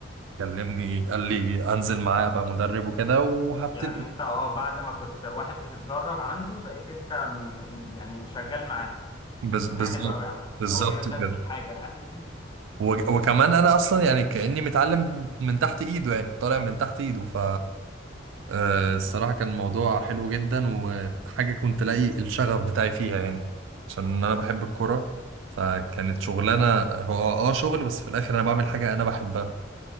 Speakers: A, on the right; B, on the left.
A: كلمني قال لي انزل معاه ابقى مدرب وكده وهبتدي
B: يعني أنت اه بعد ما كنت واحد بتتدرب عنده بقيت أنت م- م- يعني شغال معاه
A: بز- بالظبط
B: دي حاجة حلوة قوي يا عم
A: بالظبط
B: هو كده شاف
A: كده
B: فيك حاجة يعني <laughs>
A: وج- وكمان انا اصلا يعني كاني متعلم من تحت ايده يعني طالع من تحت ايده ف آه، الصراحة كان موضوع حلو جدا وحاجة كنت لاقي الشغف بتاعي فيها يعني عشان أنا بحب الكورة فكانت شغلانة هو اه آه شغل بس في الآخر أنا بعمل حاجة أنا بحبها